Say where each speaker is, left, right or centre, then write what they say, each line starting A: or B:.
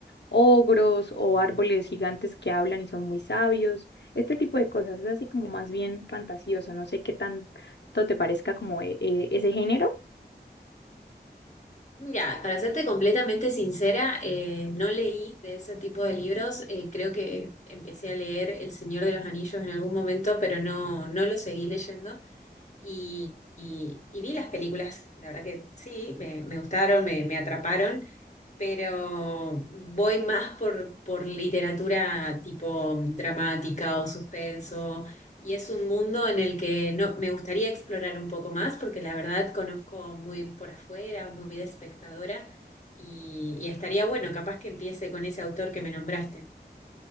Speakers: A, on the left; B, on the left.
A: ogros o árboles gigantes que hablan y son muy sabios, este tipo de cosas, es así como más bien fantasioso, no sé qué tanto te parezca como eh, eh, ese género.
B: Mira, para serte completamente sincera, eh, no leí de ese tipo de libros. Eh, creo que empecé a leer El Señor de los Anillos en algún momento, pero no, no lo seguí leyendo. Y, y- y vi las películas, la verdad que sí, me, me gustaron, me, me atraparon pero voy más por, por literatura tipo dramática o suspenso, y es un mundo en el que no, me gustaría explorar un poco más, porque la verdad conozco muy por afuera, muy de espectadora, y, y estaría bueno, capaz que empiece con ese autor que me nombraste.